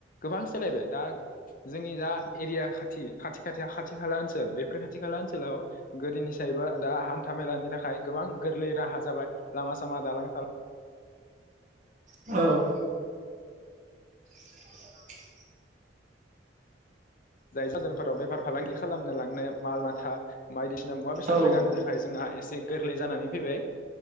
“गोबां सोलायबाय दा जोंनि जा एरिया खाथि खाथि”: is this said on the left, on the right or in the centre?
Left